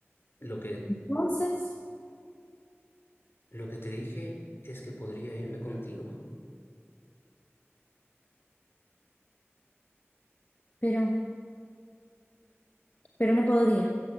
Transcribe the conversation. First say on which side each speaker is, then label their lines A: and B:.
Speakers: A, on the left (about 55°); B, on the left (about 35°).
A: Lo que,
B: Entonces,
A: lo que te dije es que podría irme contigo.
B: pero, pero no podría.